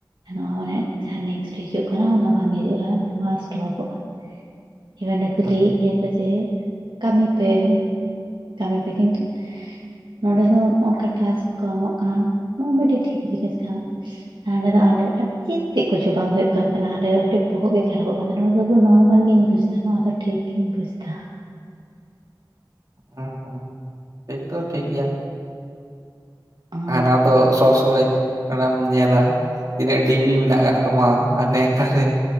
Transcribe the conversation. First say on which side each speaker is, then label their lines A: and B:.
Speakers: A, on the right; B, on the right.
A: ᱱᱚᱣᱟ ᱢᱟᱱᱮ ᱡᱟᱦᱟᱸ ᱱᱮᱠᱥᱴᱮ ᱦᱤᱡᱩᱜ ᱠᱟᱱᱟ ᱚᱱᱟ ᱵᱟᱝ ᱦᱤᱡᱩᱜᱼᱟ ᱱᱚᱣᱟ ᱥᱴᱚᱯᱚᱜᱼᱟ᱾ ᱮ ᱢᱟᱱᱮ
B: ᱦᱩᱸ,
A: ᱞᱟᱹᱭᱮᱜ ᱜᱮᱭᱟ ᱠᱚ ᱡᱮ ᱠᱟᱹᱢᱤ ᱯᱮ ᱠᱟᱹᱢᱤ ᱯᱮ ᱠᱤᱱᱛᱩ ᱱᱚᱰᱮ ᱫᱚ ᱚᱝᱠᱟ ᱴᱟᱥ ᱠᱚ ᱮᱢᱚᱜ ᱠᱟᱱᱟ ᱱᱚᱣᱟ ᱢᱤᱫᱴᱤᱡ ᱴᱷᱤᱠ ᱡᱤᱱᱤᱥ ᱠᱟᱱᱟ᱾ ᱟᱨ ᱦᱟᱸᱰᱮ ᱫᱚ ᱪᱮᱫ ᱛᱮᱜ ᱠᱚᱪᱚ ᱵᱟᱝ ᱦᱩᱭᱩᱜ ᱠᱟᱱ ᱛᱟᱦᱮᱱᱟ ᱦᱟᱸᱰᱮ ᱫᱚ ᱠᱟᱹᱴᱤᱜ ᱵᱚᱦᱚᱜ ᱜᱮ ᱠᱷᱟᱨᱟᱯᱚᱜ ᱠᱟᱱᱟ᱾ <unintelligible> ᱱᱚᱨᱢᱟᱞ ᱜᱤᱧ ᱵᱩᱡᱽᱫᱟ ᱱᱚᱣᱟ ᱫᱚ ᱴᱷᱤᱠ ᱜᱤᱧ ᱵᱩᱡᱫᱟ᱾
B: ᱟ ᱴᱷᱤᱠ ᱫᱚ ᱴᱷᱤᱠ ᱜᱮᱭᱟ᱾
A: ᱚ
B: ᱦᱟᱱᱟ ᱫᱚ ᱥᱚᱵ ᱥᱚᱢᱚᱭ ᱚᱱᱟᱢ ᱧᱮᱞᱟ ᱛᱤᱱᱟᱹᱜ ᱰᱤᱵᱤ ᱢᱮᱱᱟᱜ ᱠᱟᱜ ᱛᱟᱢᱟ ᱦᱟᱱᱮ ᱠᱟᱨᱮ